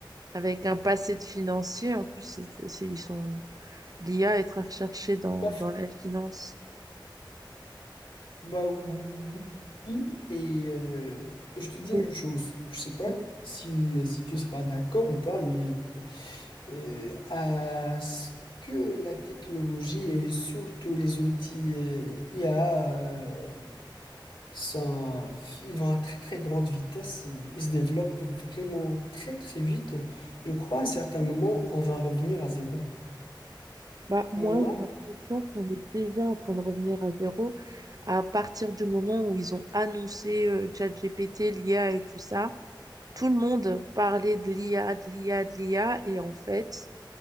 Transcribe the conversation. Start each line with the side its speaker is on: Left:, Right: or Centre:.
Right: avec un passé de financier. En plus, c'est, c'est- ils sont L'IA est très recherchée dans,
Left: Baf,
Right: dans la finance.
Left: bah oui. Et euh, je te dis
Right: Mais
Left: une chose, je sais pas
Right: oui.
Left: si, euh, si tu seras d'accord ou pas, mais euh, à ce que la technologie et surtout les outils euh, IA euh, sont, ils vont à très très grande vitesse, euh, ils se développent vraiment très très vite. Je crois à un certain moment, on va revenir à zéro.
Right: Bah, moi,
Left: Moi,
Right: j'ai l'impression qu'on est déjà en train de revenir à zéro. À partir du moment où ils ont annoncé euh, ChatGPT, l'IA et tout ça, tout le monde parlait de l'IA, de l'IA, de l'IA. Et en fait,